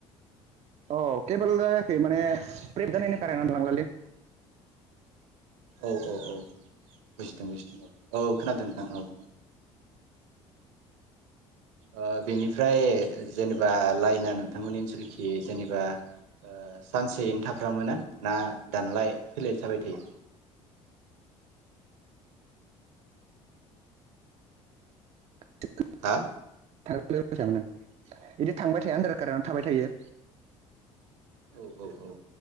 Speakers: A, on the right; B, on the right.
A: अ केेबोल जायाखै माने प्रेब जानायनि कारेनानो दानलांलाले
B: औ औ औ बुजिदों बुजिदों औ खोनादों। ओं औ। ओ बेनिफ्राय जेनेबा लाइना नोंथांमोननि ओनसोलखि जेनेबा ओ सानसेयैनो थाफ्रामोना ना दानलाय फैलाय थाबाय थायो।
A: <inaudible>
B: हा।
A: थां - फैसा मोनो बिदि थांबाय थाया होनदोरा कारेनानो थाबाय थायो।
B: औ औ औ।